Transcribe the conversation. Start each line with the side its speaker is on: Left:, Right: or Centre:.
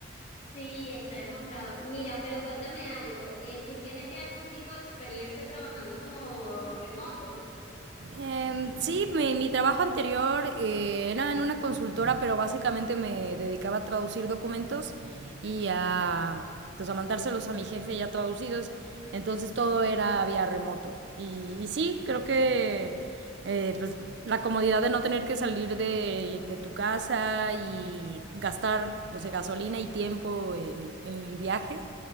Left: Sí, está demostrado. Mira, pero cuéntame algo, eh, ¿tú tienes ya algún tipo de experiencia trabajando como remoto?
Right: Em, sí, mi, mi trabajo anterior eh, era en una consultora, pero básicamente me dedicaba a traducir documentos y a, pues, a mandárselos a mi jefe ya traducidos. Entonces todo era vía remoto. Y, y sí, creo que eh, pues, la comodidad de no tener que salir de, de tu casa y gastar, no sé, gasolina y tiempo en, en el viaje